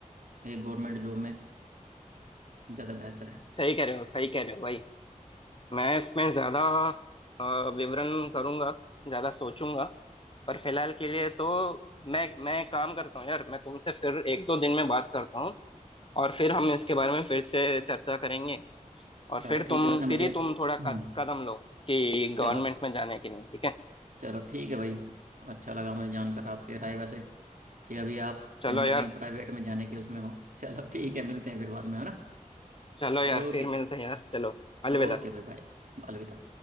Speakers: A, on the right; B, on the left.
A: एक गवर्नमेंट जॉब में ज़्यादा बेहतर है
B: सही कह रहे हो सही कह रहे हो भाई मैं इसमें ज्यादा अ, विवरण करूंगा ज्यादा सोचूंगा पर फिलहाल के लिए तो मैं मैं काम करता हूँ यार मैं तुमसे फिर एक दो दिन में बात करता हूँ और फिर हम इसके बारे में फिर से चर्चा करेंगे और
A: चलो
B: फिर
A: ठीक
B: तुम
A: है वैसे मुझे
B: फिर ही तुम थोड़ा
A: हम्म
B: कद- कदम लो कि गवर्नमेंट
A: चलो
B: में जाने के लिए ठीक है
A: चलो ठीक है भाई अच्छा लगा मुझे जानकर आपके राय वैसे कि अभी आप
B: चलो
A: कहीं ना
B: यार
A: कहीं प्राइवेट में जाने के उसमें हो चलो ठीक है मिलते हैं फिर बाद में है ना
B: चलो
A: ओके
B: यार फिर मिलते हैं यार चलो अलविदा
A: ओके भाई बाय अलविदा